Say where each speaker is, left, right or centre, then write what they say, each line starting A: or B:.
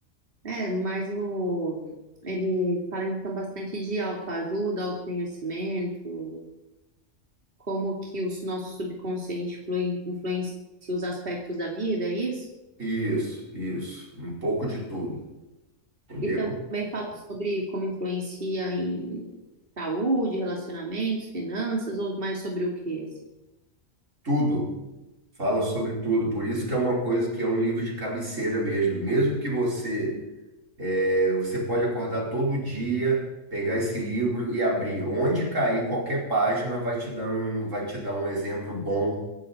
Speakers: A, on the right; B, on the right.
A: é, mas o, ele fala então bastante de autoajuda, autoconhecimento, como que o nosso subconsciente flui- influencia os aspectos da vida, é isso?
B: Isso, isso, um pouco de tudo, entendeu?
A: E também fala sobre como influencia em saúde, relacionamentos, finanças, ou mais sobre o que,
B: Tudo. Fala sobre tudo, por isso que é uma coisa que é um livro de cabeceira mesmo. Mesmo que você É, Você pode acordar todo dia, pegar esse livro e abrir. Onde cair qualquer página vai te dar um, vai te dar um exemplo bom